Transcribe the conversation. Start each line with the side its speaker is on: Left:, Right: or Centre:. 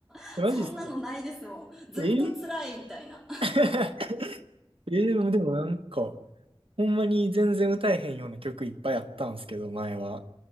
Centre: <laughs>
Right: えマジっすか
Centre: そんなのないですもん。ずっと辛いみたいな。
Right: え <laughs> えでも、でもなんか、ほんまに全然歌えへんような曲いっぱいあったんですけど、前は。